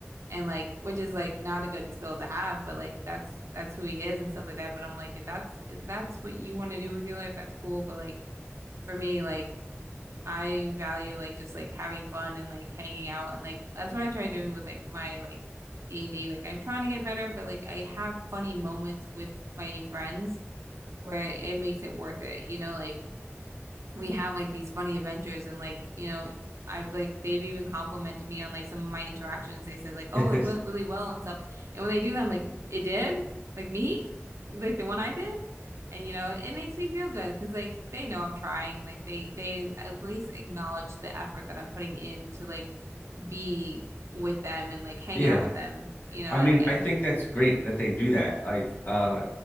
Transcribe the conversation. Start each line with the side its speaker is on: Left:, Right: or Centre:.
Right: And like which is like not a good skill to have, but like that's that's who he is and stuff like that. But I'm like if that's if that's what you want to do with your life, that's cool, but like for me, like I value like just like having fun and like hanging out and like that's what I try doing with like my like D&D. Like I'm trying to get better, but like I have funny moments with my friends where it makes it worth it. You know, like we have like these funny adventures and like you know I've like they've even complimented me on like some of my interactions they said like oh
Left: Mm-hmm.
Right: it went really well and stuff and when they do that I'm like it did like me like the one I did and you know it makes me feel good because like they know I'm trying and like they they at least acknowledge the effort that I'm putting in to like be with them and
Left: <laughs>
Right: like hang
Left: yeah.
Right: out with them you know
Left: I
Right: and
Left: mean,
Right: and
Left: I think that's great that they do that. Like, uh,